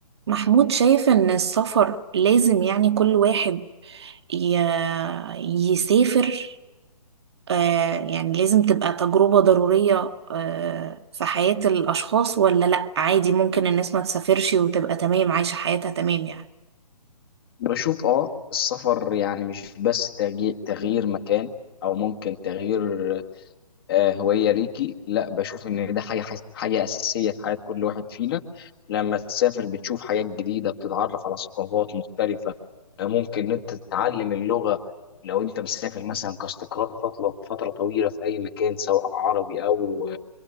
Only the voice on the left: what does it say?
بشوف اه السفر يعني مش بس تغيي- تغيير مكان او ممكن تغيير آه، هوية ليكي لا بشوف ان ده حاجة حاجة اساسية في حياة كل واحد فينا لما تسافر بتشوف حاجات جديدة بتتعرف على ثقافات مختلفة آه، ممكن ان انت تتعلم اللغة لو انت مسافر مثلا كاستقرار فترة فترة طويلة في اي مكان سواء عربي او